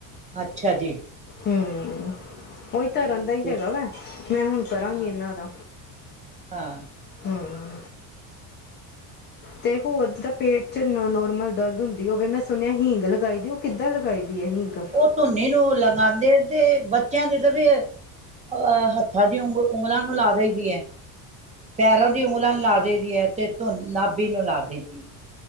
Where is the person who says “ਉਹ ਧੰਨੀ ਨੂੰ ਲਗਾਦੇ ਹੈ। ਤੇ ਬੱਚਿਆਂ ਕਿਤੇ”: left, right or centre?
Right